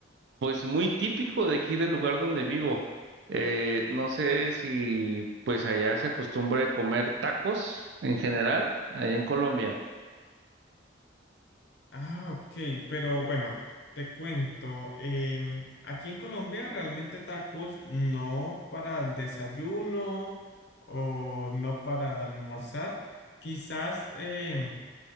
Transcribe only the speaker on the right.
pues muy típico de aquí del lugar donde vivo. Eh, no sé si pues allá se acostumbre comer tacos en general, allá en Colombia.